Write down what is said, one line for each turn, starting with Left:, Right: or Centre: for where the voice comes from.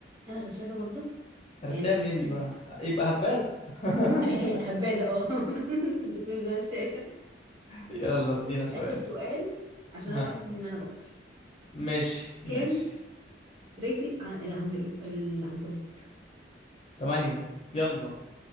Right: انا غشاشه برضو
Left: عرفتها
Right: يعني
Left: منين
Right: اكيد
Left: دي بقى يبقى هبادة <laughs>
Right: <laughs> هبادة اه <laughs> بس مش غشاشة
Left: يلا ادينا
Right: بص آخر
Left: سؤال
Right: سؤال عشان
Left: ها
Right: أنا تعبت من إن أنا بخسر
Left: ماشي ماشي
Right: كام رجل عن- عند الإن- العنكبوت
Left: تمانية يلا